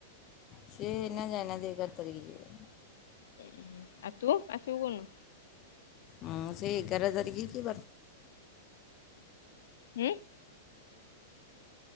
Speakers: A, on the left; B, on the left.
A: ସିଏ ଏଇନା ଯାାଇନାହାନ୍ତି ଏଗାର ତାରିକି ଯିବେ।
B: ଉଁ ହୁଁ ଆଉ ତୁ ଆସିବୁ କଉ ନ?
A: ମୁଁ ସେଇ ଏଗାର ତାରିକି କି ବାର
B: ହୁଁ?